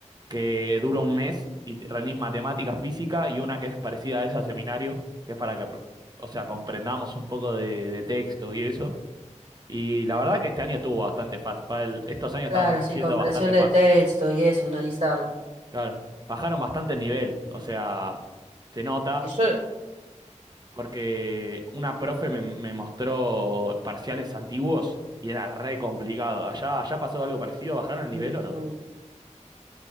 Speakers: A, on the right (about 35°); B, on the right (about 65°).
A: que dura un mes y te- rendís matemática, física y una que es parecida a esa seminario, que es para que, o sea, comprendamos un poco de, de texto y eso, y la verdad que este año estuvo bastante fácil. para el- Estos años
B: claro,
A: están
B: sí,
A: siendo
B: comprensión
A: bastante
B: de
A: fácil.
B: texto y eso, analizarlo.
A: Claro, bajaron bastante el nivel. O sea, se nota
B: Que Yo,
A: porque una profe me, me mostró parciales antiguos y era re complicado. ¿Allá, allá pasó algo parecido? ¿Bajaron el nivel
B: Ujú.
A: o no?